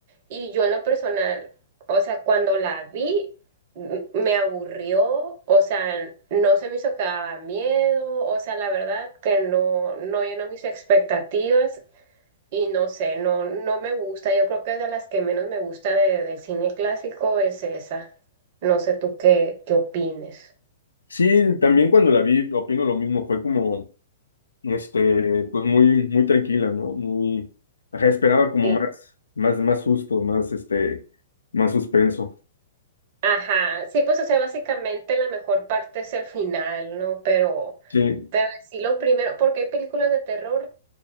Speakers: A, on the right; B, on the left.
A: Y yo en lo personal, o sea, cuando la vi, m- me aburrió, o sea, no se me hizo que daba miedo, o sea, la verdad que no, no llenó mis expectativas y no sé, no, no me gusta. Yo creo que es de las que menos me gusta de- del cine clásico es esa. No sé tú qué, qué opines.
B: Sí, también cuando la vi, opino lo mismo. Fue como, este, pues muy, muy tranquila, ¿no? Muy, ajá, esperaba como
A: Sí.
B: más, más, más sustos, más, este, más suspenso.
A: Ajá, sí, pues o sea, básicamente la mejor parte es el final, ¿no? Pero,
B: Sí,
A: pero sí lo primero, porque hay películas de terror